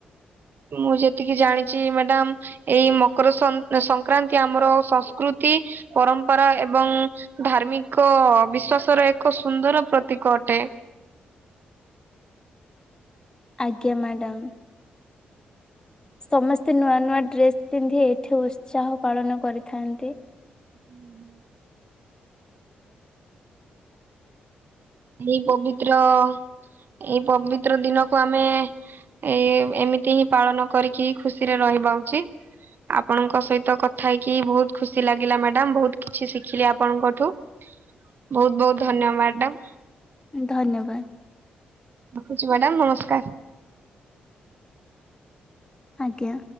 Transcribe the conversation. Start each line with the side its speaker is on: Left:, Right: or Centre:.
Right: ମୁଁ ଯେତିକି ଜାଣିଚି ମ୍ୟାଡାମ ଏଇ ସଂ ସଂକ୍ରାନ୍ତି ସନ ସଂକ୍ରାନ୍ତି ଆମର ସଂସ୍କୃ କୃତି ପରମ୍ପରା ଏବଂ ଧାର୍ମିକ ବିଶ୍ଵାସର ଏକ ସୁନ୍ଦର ପ୍ରତୀକ ଅଟେ।
Left: ଆଜ୍ଞା ମ୍ୟାଡ଼ାମ। ସମସ୍ତେ ନୂଆ ନୂଆ ଡ୍ରେସ ପିନ୍ଧି ଏଠି ଉତ୍ସାହ ପାଳନ କରିଥାନ୍ତି।
Right: ହୁଁ ମ୍ୟାଡ଼ାମ। ଏଇ ପବିତ୍ର ଏଇ ପବିତ୍ର ଦିନକୁ ଆମେ ଏ ଏମିତି ହିଁ ପାଳନ କରିକି ଖୁସିରେ ରହିବା ଉଚିତ। ଆପଣଙ୍କ ସହିତ କଥା ହେଇକି ବୋହୁତ ଖୁସି ଲାଗିଲା ମ୍ୟାଡ଼ାମ ବହୁତ କିଛି ଶିଖିଲି ଆପଣଙ୍କଠୁ। ବୋହୁତ ବୋହୁତ ଧନ୍ୟ ମ୍ୟାଡ଼ାମ।
Left: ଧନ୍ୟବାଦ।
Right: ରଖୁଚି ମ୍ୟାଡ଼ାମ ନମସ୍କାର।
Left: ଆଜ୍ଞା।